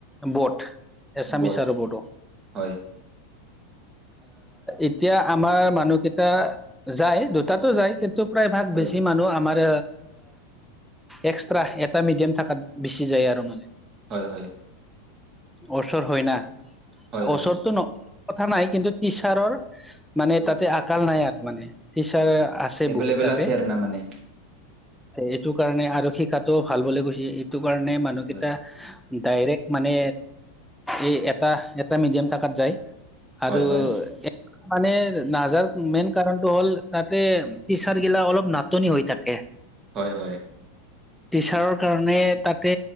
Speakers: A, in the centre; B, on the right.
A: বড এছামিছ
B: ব'ত
A: আৰু বড'।
B: হয়
A: এতিয়া আমাৰ মানুহ কেইটা যায়, দুটাতো যায় কি প্ৰায়ভাগ
B: হয়
A: বেছি মানুহ আমাৰ এক্সট্ৰা এটা মিডিয়াম থাকাত বেছি যায় আৰু মানে।
B: হয় হয়।
A: ওচৰ হয় না,
B: হয় হয়
A: ওচৰতটো ন কথা নাই। কিন্তু টিচাৰৰ মানে
B: হয়
A: তাতে আকাল নাই আৰু মানে। তিচাৰ
B: অঁ অঁ
A: আছে
B: এভেইলেবল
A: বহুত তাতে।
B: আছে আৰু না মানে
A: এইটো কাৰণে আৰু শী খাতটো ভাল বলে গৈছে এইটো কাৰণে মানুহকেইটা
B: হয় হয়
A: ডাইৰেক্ট মানে এই এটা এটা মিডিয়াম থাকাত যায়। <unintelligible>
B: হয় হয়
A: কাৰণটো হ'ল তাতে টিচাৰ গিলা অলপ নাটনি হৈ থাকে।
B: হয়, হয়।
A: টিচাৰৰ কাৰণে তাতে